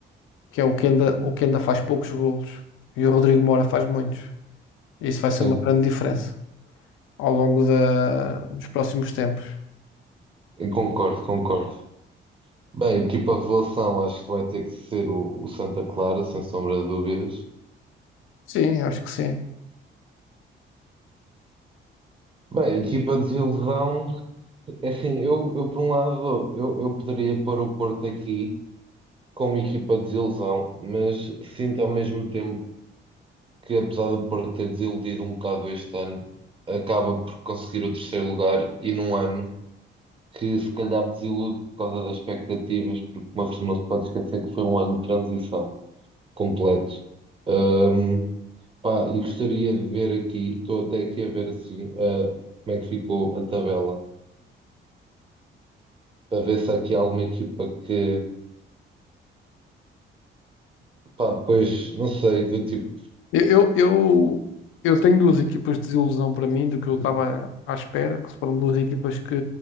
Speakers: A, on the left (about 85°); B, on the right (about 25°).
A: que é o Kenda, o Kenda faz poucos golos e o Rodrigo Moura faz muitos. isso vai ser
B: Sim,
A: uma grande diferença ao longo da, dos próximos tempos.
B: eu concordo, concordo. Bem, equipa revelação, acho que vai ter que ser o, o Santa Clara, sem sombra de dúvidas.
A: Sim, acho que sim.
B: Bem, equipa desilusão, é assim, eu, eu por um lado, eu, eu poderia pôr o Porto aqui como equipa desilusão, mas sinto ao mesmo tempo que, apesar do Porto ter desiludido um bocado este ano, acaba por conseguir o terceiro lugar e num ano. que se calhar desilude por causa das expectativas, porque uma pessoa não se pode esquecer que foi um ano de transição completo. Ahm, pá, e gostaria de ver aqui, estou até aqui a ver assim, ah, como é que ficou a tabela, para ver se há aqui alguma equipa que, pá, pois, não sei, do tipo,
A: Eu, eu, eu, eu tenho duas equipas de desilusão para mim do que eu estava à espera, que foram duas equipas que,